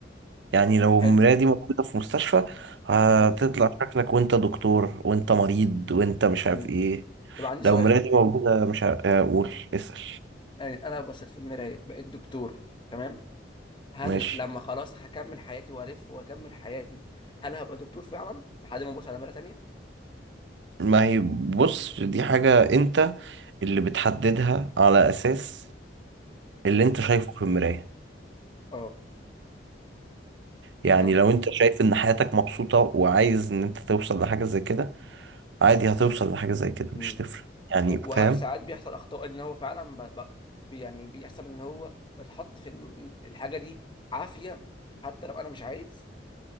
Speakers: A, on the right (about 70°); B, on the left (about 25°).
A: يعني لو
B: حلو
A: المرايه دي موجوده في مستشفى هتطلع
B: اه
A: شكلك وانت دكتور وانت مريض وانت مش عارف
B: امم
A: ايه
B: طب عندي
A: لو
B: سؤال
A: مراتي موجودة مش ه- هقول اسأل
B: يعني انا بصيت في المرايه بقيت دكتور تمام هل
A: ماشي
B: لما خلاص هكمل حياتي والف واكمل حياتي هل هبقى دكتور فعلا لحد ما ابص على مرايه تانية
A: ما هي بص دي حاجة انت اللي بتحددها على اساس اللي
B: امم
A: انت شايفه في المراية
B: اه
A: يعني
B: فهمت
A: لو انت شايف ان حياتك مبسوطة وعايز ان انت توصل لحاجة زي كده عادي هتوصل لحاجة زي كده
B: امم
A: مش تفرق يعني
B: و-
A: فاهم
B: وهل ساعات بيحصل اخطاء ان هو فعلا ب... ب... بي- يعني بيحصل ان هو بتحط في الم- الحاجه دي عافيه حتى لو انا مش عايز